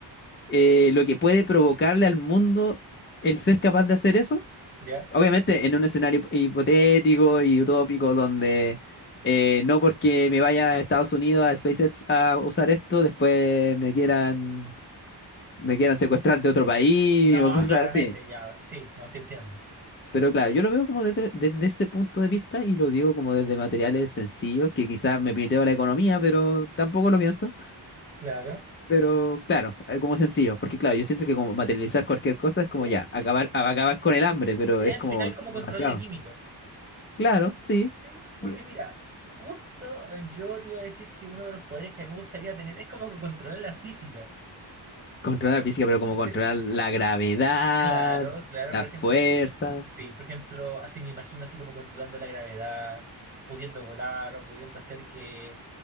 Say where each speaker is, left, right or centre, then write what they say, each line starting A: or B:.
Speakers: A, on the left; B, on the right.
A: eh, lo que puede provocarle al mundo el ser capaz de hacer eso.
B: ¿Ya?
A: Obviamente en un escenario hipotético y utópico donde eh, no porque me vaya a Estados Unidos a SpaceX a usar esto, después me quieran, me quieran secuestrar de otro país
B: No,
A: o cosas
B: claramente,
A: así.
B: ya, sí, no, sí entiendo.
A: Pero claro, yo lo veo como desde, desde ese punto de vista y lo digo como desde materiales sencillos, que quizás me piteo la economía, pero tampoco lo pienso.
B: Claro.
A: Pero claro, eh, como sencillo, porque claro, yo siento que como materializar cualquier cosa
B: Sí,
A: es como
B: es
A: ya, acabar,
B: claro.
A: a- acabar con el hambre, pero
B: Es
A: es
B: al
A: como
B: final como
A: demasiado.
B: controlar la química.
A: Claro, sí.
B: Sí, Porque
A: diga,
B: mira, justo eh, yo te iba a decir que uno de los poderes que a mí me gustaría tener es como que controlar la física.
A: Controlar la física, pero como
B: Sí,
A: controlar la gravedad,
B: claro, claro,
A: la
B: por
A: fuerza.
B: ejemplo, sí, por ejemplo, así me imagino así como controlando la gravedad, pudiendo volar o pudiendo hacer que,